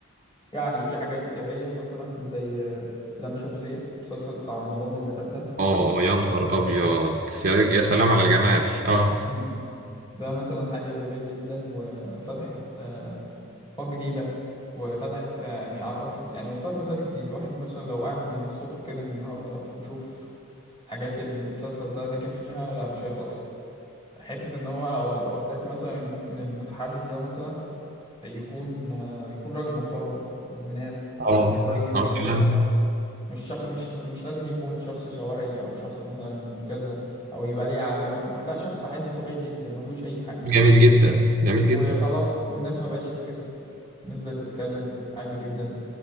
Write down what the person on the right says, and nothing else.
اه آه، يا نهار ابيض يا يا سلام على الجمال اه
اه
اه
تمام
جميل جدا جميل جدا